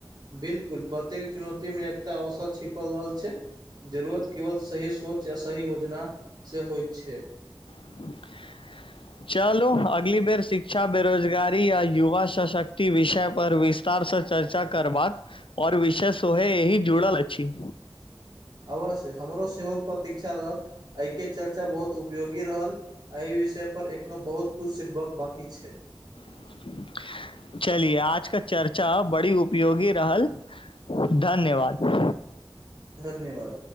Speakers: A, on the right; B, on the left.
A: बिल्कूल प्रत्येक चुनौती मे एकटा अवसर छिपल रहल छै। जरूरत केवल सही सोच या सही योजनासँ होइत छै।
B: <inaudible> चलू अगली बेर शिक्षा, बेरोजगारी या युवा सशक्ति, विषय पर विस विस्तार से चर्चा करबाक और विषय सोहे एही जुड़ल अछि।
A: अवश्य हमरो सेहो प्रतीक्षा रहत एहि के चक चर्चा बहुत उपयोगी रहल एहि विषय पर एखनो बहुत किछु सीखबाक बाकी छै।
B: <inaudible> चलिए आज का चर्चा बड़ी उपयोगी रहल धन्यवाद।
A: धन्यवाद